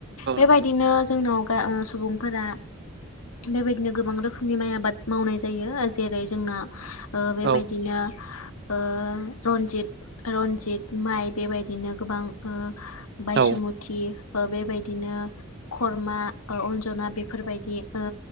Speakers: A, on the left; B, on the right.
A: बेबायदि
B: उम
A: बिदिनो जोंनाव सुबुंफोरा बेबायदिनो गोबां रोखोमनि माइ आबाद मावनाय जायो जेरै जोंना ओ बेबायदिनो
B: औ
A: ओ रनजित रनजित माइ बेबायदिनो गोबां ओ बायसुमुथि
B: औ
A: बेबायदिनो खरमा अ अनजना बे बेफोरबायदि ओ